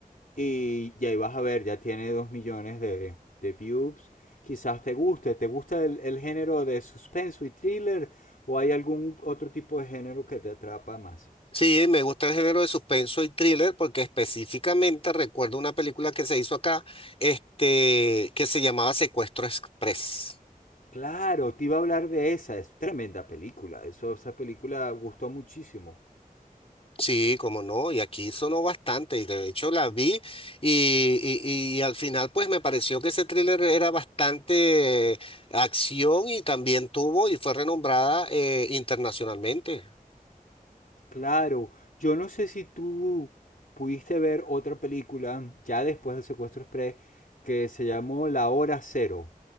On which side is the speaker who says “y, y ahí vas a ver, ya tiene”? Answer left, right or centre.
Left